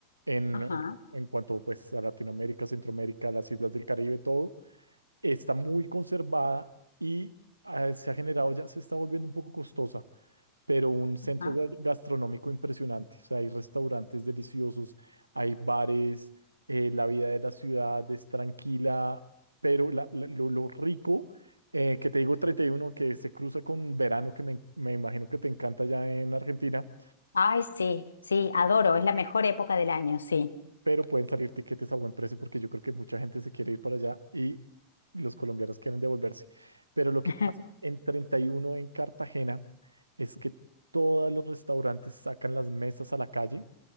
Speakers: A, on the right (about 80°); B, on the left (about 70°).
A: En,
B: Ajá,
A: en cuanto pues a Latinoamérica, Centroamérica, las islas del Caribe, todo, está muy conservada y ah, se ha generado, ya se está volviendo un poco costosa. pero un centro
B: ajá.
A: ga- gastronómico impresionante. O sea, hay restaurantes deliciosos, hay bares, eh, la vida de la ciudad es tranquila, pero la- la- lo, lo rico, eh, que te digo 31, que se cruza con verano, que me, me imagino que te encanta allá en Argentina,
B: Ay, sí, sí, adoro, es la mejor época del año, sí.
A: pero pueden salir tiquetes a buen precio porque yo creo que mucha gente se quiere ir para allá y los colombianos quieren devolverse. Pero lo que
B: <laughs>
A: pasa en 31 en Cartagena es que todos los restaurantes sacan las mesas a la calle